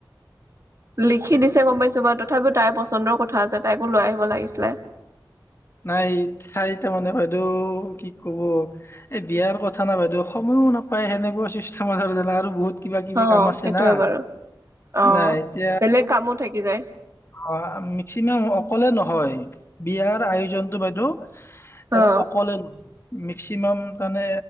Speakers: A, on the right; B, on the left.
A: লিখি দিছে গম পাইছো <unintelligible> তথাপিও তাইৰ পচন্দৰ কথা আছে তাইকো লৈ আহিব লাগিছিলে।
B: নাই ঠাই তাৰমানে বাইদেউ, কি ক'ব, এই বিয়াৰ কথা না বাইদেউ সময়ো নাপায় সেনেকুৱা চিষ্টেম <inaudible> আৰু বহুত কিবা কিবি
A: অ
B: কাম আছে
A: সেইটোয়ে
B: না,
A: বাৰু
B: তেনেহে,
A: অ
B: এতিয়া,
A: বেলেগ কামো থাকি যায়
B: অঁ মেক্সিমাম অকলে নহয়। বিয়াৰ আয়ো আয়োজনটো বাইদেউ। <inaudible>
A: অ
B: অকলে <inaudible> মেক্সিমাম তানে